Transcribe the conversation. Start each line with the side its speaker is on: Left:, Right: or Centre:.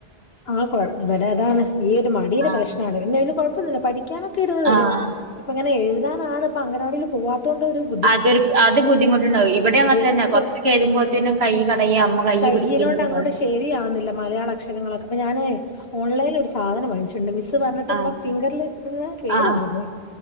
Left: ആഹ് കൊഴ ഇവിടെ അതാണ് ഈ ഒരു മടി ട
Right: ആ
Left: പ്രശ് നം ആണ് എന്നാലും കുഴപ്പല്ല പഠിക്കാനൊക്കെ ഇരന്ന് തരും
Right: ആ
Left: ഇപ്പ ഇങ്ങനെ എഴുതാനാണ്പ്പൊ അങ്ങനവാടിയിൽ പോവാത്തോണ്ട് ഒരുത്
Right: അതൊരു അത് ബുദ്ധിമുട്ടണ്ടാവും ഇവിടെ അങ്ങെ
Left: എഴുത്ത്
Right: തന്നെ കുറച്ചൊക്കെ എഴതമ്പോഴത്തേനും
Left: ആ
Right: കൈ കടയി അമ്മ കൈ
Left: കയ്യിനോണ്ട്
Right: പിടിക്കന്നക്കെ
Left: അങ്ങോട്ട്
Right: പറയാ
Left: ശരിയാവുന്നില്ല മലയാള അക്ഷരങ്ങളൊക്കെ അപ്പൊ ഞാന് ഓൺലൈനിൽ ഒരു സാധനം വാങ്ങിച്ചിട്ടുണ്ട് മിസ് പറഞ്ഞട്ട് നമ്മളെ
Right: ആ
Left: ഫിംഗറിൽ ഇടുന്ന പേര്
Right: ആ
Left: മറന്നു പോയി